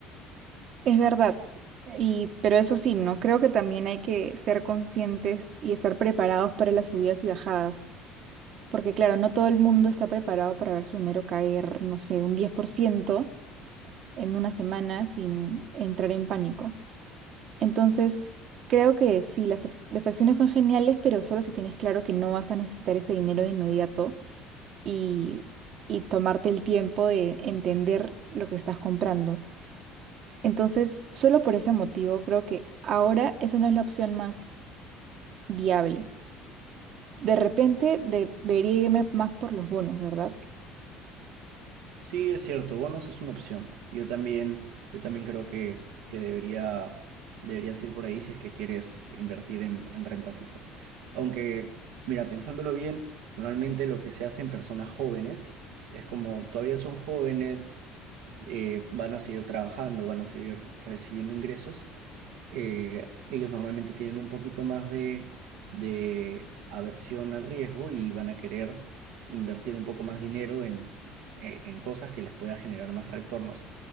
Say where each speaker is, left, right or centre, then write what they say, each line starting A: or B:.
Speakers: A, on the right (about 55°); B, on the right (about 85°).
A: Es verdad. Y, pero eso sí, ¿no? Creo que también hay que ser conscientes y estar preparados para las subidas y bajadas. Porque claro, no todo el mundo está preparado para ver su dinero caer, no sé, un 10% en una semana sin entrar en pánico. Entonces, creo que sí, las, ac- las acciones son geniales, pero solo si tienes claro que no vas a necesitar ese dinero de inmediato y, y tomarte el tiempo de entender lo que estás comprando. Entonces, solo por ese motivo, creo que ahora esa no es la opción más viable. De repente, de- debería irme más por los bonos, ¿verdad?
B: Sí, es cierto, bonos es una opción. Yo también, yo también creo que, que debería, deberías ir por ahí si es que quieres invertir en, en renta fija. Aunque, mira, pensándolo bien, normalmente lo que se hace en personas jóvenes es como todavía son jóvenes, eh, van a seguir trabajando, van a seguir recibiendo ingresos eh, ellos normalmente tienen un poquito más de, de aversión al riesgo y van a querer invertir un poco más dinero en, eh, en cosas que les pueda generar más retornos.